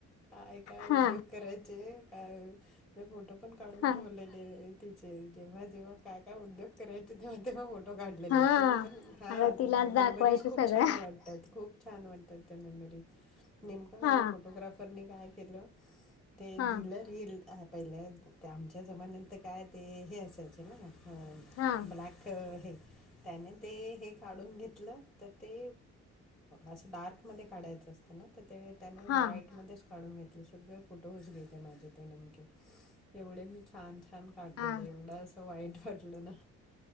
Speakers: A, in the centre; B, on the left.
A: हय काय
B: हा
A: उद्योग करायचे काय मी फोटो पण काढून
B: हा
A: ठेवलेले जेव जव क काय काय उद्योग करायचे ते्हा ते फोटो काढलेले
B: हा
A: आहेत तुम्ही पण हां
B: आता तिलाच दाखवायचं
A: मेमरीज खूप
B: सगळं
A: छान वाटतात खूप छान वाटतात त्या मेमरीज नेमकं
B: हा
A: माझ्या फोटोग्राफरनी काय केलं ते
B: हा
A: डलर ह पहिले ते आमच्या जमान्यात तर काय ते हे असायचं
B: हा
A: ब्लॅक हे त्याने ते हे काढून घेतलं तर ते असं डार्कमध्ये काढायचं असतं ना तर ते त्याने
B: हा
A: ब्रईटमध्येच काढून घेतले सगळे फोटोज घेतले माझे ते नेमके एवढे मी छान छान काढलेलं
B: हा
A: एवढं असं वाईट वाटलं ना